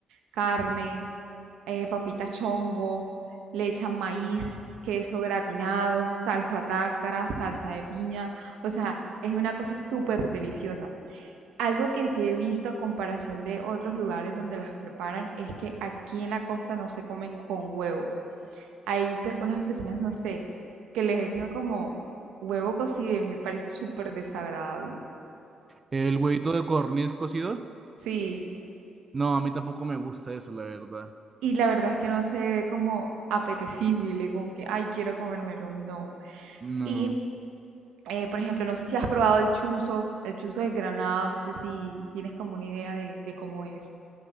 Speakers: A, on the right; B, on the right.
A: carne, eh, papita chongo, le echan maíz, queso gratinado, salsa tártara, salsa de piña, o sea, es una cosa súper deliciosa. Algo que sí he visto a comparación de otros lugares donde las preparan es que aquí en la costa no se comen con huevo. Hay unas personas, no sé, que les echan como huevo cocido y me parece súper desagradable.
B: ¿El huevito de codorniz cocido?
A: Sí.
B: No, a mí tampoco me gusta eso, la verdad.
A: Y la verdad es que no se ve como apetecible, como que, ay, quiero comérmelo, no.
B: No.
A: Y, eh, por ejemplo, no sé si has probado el chuzo, el chuzo de Granada, no sé si tienes como una idea de, de cómo es.